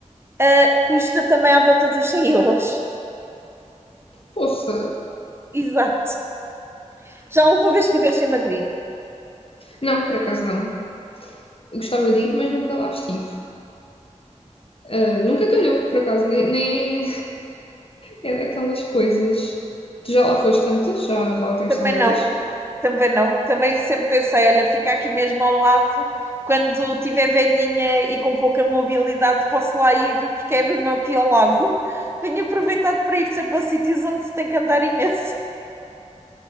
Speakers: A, on the right; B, on the left.
A: ah, custa também à volta dos 100 euros.
B: poça.
A: <laughs> Exato. Já alguma vez estiveste em Madrid?
B: Não, por acaso não. Eu gostava de ir, mas nunca lá estive. Ah, nunca calhou, por acaso, nem, nem é daquelas coisas. Tu já lá foste antes? Já, já lá tiveste
A: Também
B: alguma
A: não.
B: vez?
A: Também não. Também sempre pensei, olha, fica aqui mesmo ao lado. Quando tiver velhinha e com pouca mobilidade, posso lá ir, porque é mesmo aqui ao lado. Tenho aproveitado para ir sempre a sítios onde se tem que andar imenso.